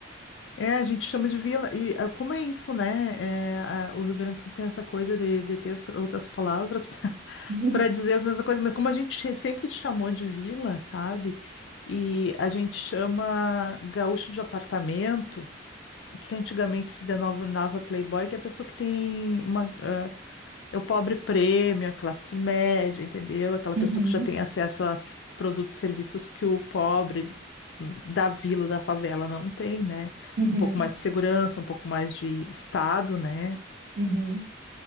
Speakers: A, on the left; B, on the right.
A: É, a gente chama de vila. E ah, como é isso, né? É, a- o Rio Grande do Sul tem essa coisa de, de ter s- outras palavras <laughs>
B: <laughs>
A: para dizer as mesmas coisas, mas como a gente che- sempre chamou de vila, sabe? E a gente chama gaúcho de apartamento que antigamente se denominava playboy, que é a pessoa que tem uma, ah, é o pobre prêmio, a classe média, entendeu? Aquela
B: Uhum,
A: pessoa que já tem acesso a s- produtos e serviços que o pobre hum, da vila, da favela não tem, né?
B: uhum,
A: Um pouco mais de segurança, um pouco mais de estado, né?
B: uhum.